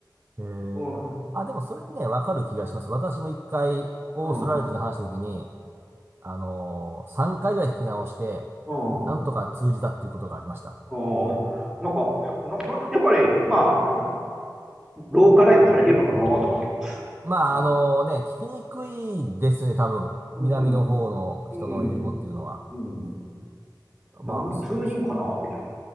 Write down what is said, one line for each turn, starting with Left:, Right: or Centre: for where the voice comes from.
Right: えー、
Centre: うん、
Right: あ、でもそれね、わかる気がします。私も一回、オーストラリア人と話したときに、
Centre: うん、うん、
Right: あのー、3回ぐらい聞き直して、
Centre: うん、
Right: なんとか通じたっていうことがありました。
Centre: うん。なんか、な、な、やっぱり、まあ、ローカライズされてるのかなと思って。
Right: まあ、
Centre: あ、
Right: あのね、聞きにくいですよね、多分。
Centre: うん、
Right: 南の方の人の英語っていうのは。
Centre: うん、うん。
Right: まあ、
Centre: なんで通じんかなみたいな。
Right: そうですか。